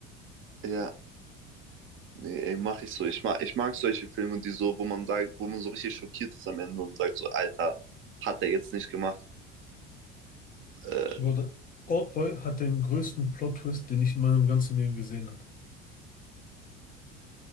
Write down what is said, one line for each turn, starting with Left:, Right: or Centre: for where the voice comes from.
Right: Ja. Nee, ey, mach ich so. Ich mag, ich mag solche Filme, die so, wo man sagt, wo man so richtig schockiert ist am Ende und sagt so, Alter, hat er jetzt nicht gemacht. Äh,
Left: Boah, da- Oldboy hat den größten Plot-Twist, den ich in meinem ganzen Leben gesehen habe.